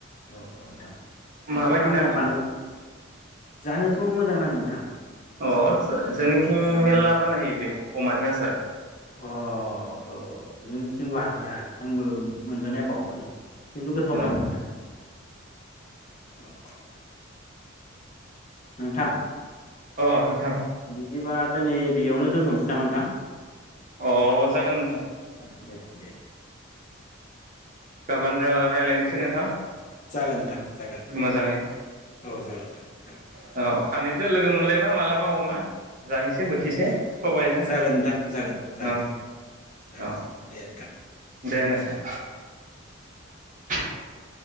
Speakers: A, on the left (about 35°); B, on the right (about 40°).
A: औ औ नोंथां नोंथाङा
B: माबायदि
A: मोना
B: नाङो
A: बानाय जानोथ' मोजां नाङो नोंथां
B: अ अ जोंनिथिं
A: औ जानो
B: मेरला
A: मोजां
B: बानायो बेख अमानि आसार
A: अ औ औ जोंनिथिं बानाया आंबो मोनजानाया बावाखै खिन्थु गोथाव
B: औ
A: नाङो नोंथां औ औ नोंथां
B: औ अ नोंथां
A: बिदिबा दिनै बेयावनो दोनथ'नोसै नामा नोंथां?
B: अ जागोन नोंथां
A: दे दे दे।
B: गाबोन रायज्लायनोसै नोंथां
A: जागोन नोंथां जागोन
B: मोजाङै
A: औ जागोन नोंथां जागोन।
B: औ सानैजों लोगो मोनलायबा मालाबा अमा जानोसै बोथिसे सबायजों
A: जागोन नोंथां जागोन जागोन
B: औ
A: जागोन
B: औ
A: दे नोंथां
B: दे नोंथां <unintelligible>